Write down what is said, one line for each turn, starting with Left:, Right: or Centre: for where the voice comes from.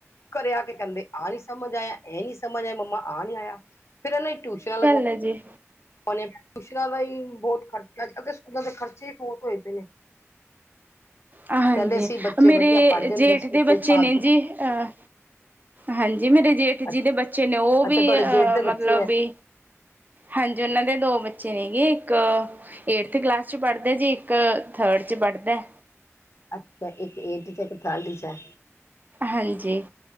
Left: ਘਰੇ ਆ ਕੇ ਕਹਿੰਦੇ ਆਹ ਨੀ ਸਮਝ ਆਇਆ, ਇਹ ਨੀ ਸਮਝ ਆਇਆ, ਮੰਮਾ ਆਹ ਨੀ ਆਇਆ, ਫਿਰ ਇਹਨਾਂ ਦੀਆਂ ਟਿਊਸ਼ਨਾਂ।
Right: ਲੈ ਜੀ।
Left: ਹੁਣ ਇਹ ਟਿਊਸ਼ਨਾਂ ਦਾ ਵੀ ਬਹੁਤ ਖਰਚਾ ਅੱਜ ਕੱਲ੍ਹ ਤੇ ਸਕੂਲਾਂ ਦੇ ਖ਼ਰਚੇ ਹੀ ਬਹੁਤ ਹੋਏ ਪਏ ਨੇ।
Right: ਹਾਂਜੀ
Left: ਪਹਿਲੇ ਸੀ ਬੱਚੇ
Right: ਮੇਰੇ
Left: ਵਧੀਆ ਪੜ੍ਹ ਜਾਂਦੇ
Right: ਜੇਠ
Left: ਸੀ
Right: ਦੇ
Left: ਕੋਈ
Right: ਬੱਚੇ
Left: ਫਾਲਤੂ।
Right: ਨੇ ਜੀ ਅਹ ਹਾਂਜੀ! ਮੇਰੇ ਜੇਠ
Left: ਅੱਛਾ
Right: ਜੀ ਦੇ ਬੱਚੇ ਨੇ ਉਹ
Left: ਅੱਛਾ,
Right: ਵੀ
Left: ਤੁਹਾਡੇ
Right: ਅ
Left: ਜੇਠ ਦੇ ਬੱਚੇ
Right: ਮਤਲਬ
Left: ਹੈ
Right: ਵੀ। ਹਾਂਜੀ! ਉਹਨਾਂ ਦੇ ਦੋ ਬੱਚੇ ਹੈਗੇ ਇੱਕ ਏਠਥ ਕਲਾਸ 'ਚ ਪੜ੍ਹਦਾ ਜੀ ਇੱਕ ਥਰਡ 'ਚ ਪੜ੍ਹਦਾ।
Left: ਅੱਛਾ! ਇੱਕ ਏਟਥ 'ਚ ਇੱਕ ਥਰਡ 'ਚ ਐ।
Right: ਹਾਂਜੀ